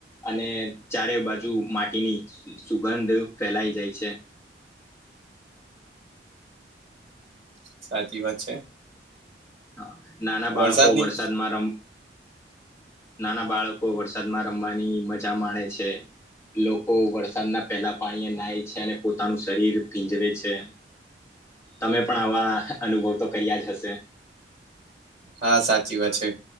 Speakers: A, on the left (about 15°); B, on the right (about 35°).
A: અને ચારે બાજુ માટીની સુગંધ ફેલાય જાય છે.
B: સાચી વાત છે.
A: હા, નાના
B: વરસાદની
A: બાળકો વરસાદમાં રમ નાના બાળકો વરસાદમાં રમવાની મજા માણે છે. લોકો વરસાદ ના પહેલા પાણી એ નાય છે અને પોતાનું શરીર ભીજવે છે. તમે પણ આવા અનુભવ તો કર્યા જ હશે.
B: હા, સાચી વાત છે.